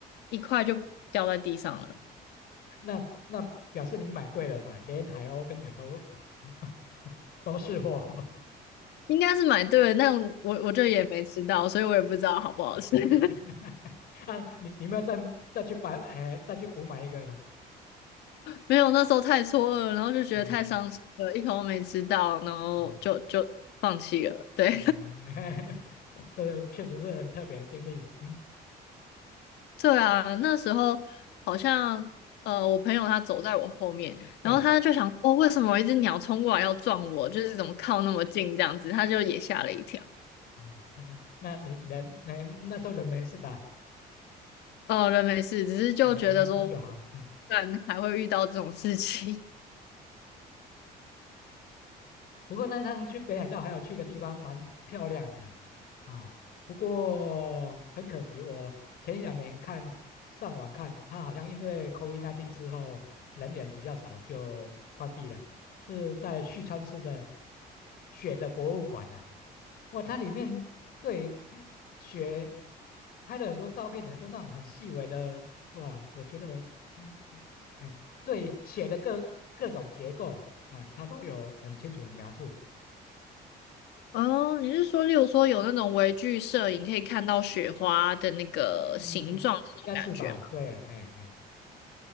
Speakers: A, on the left; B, on the left.
A: 一块就掉在地上了。
B: 那那表示你买对了嘛，连海鸥跟鸟都 <laughs> 都是货。
A: 应该是买对了，但我我就也没吃到，所以我也不知道好不好吃。
B: <laughs>
A: <laughs>
B: 啊，你你们要再再去买，哎，再去补买一个吗？
A: 没有，那时候太错愕了，然后就觉得太伤心了，
B: 嗯
A: 一口都没吃到，然后就就放弃了。
B: 嗯
A: 对，
B: 嗯，<laughs> 这确实是很特别的经历，嗯，
A: 对啊，那时候好像呃，我朋友他走在我后面，然后他就想哦，
B: 对。
A: 为什么有一只鸟冲过来要撞我？就是怎么靠那么近这样子，他就也吓了一跳。
B: 嗯，OK，那你人，那那时候人没事吧？
A: 哦，人没事，只是就觉得说，
B: 啊，那那就好，
A: 不
B: 嗯。嗯
A: 然还会遇到这种事情。<laughs>
B: 不过那趟去北海道还有去个地方蛮漂亮的啊，不过很可惜，我前一两年看上网看，它好像因为 COVID-19 之后人员比较少，就关闭了。是在旭川市的雪的博物馆呐、哇，它里面对跟雪拍了很多照片，很多那种很细微的，哇，我觉得嗯，嗯哎，对雪的各各种结构。哎，他都有很清楚的描述，
A: 哦，你是说，例如说有那种微距摄影可以看到雪花的那个形状那种感觉吗？
B: 嗯，应该是吧？对，嘿嘿。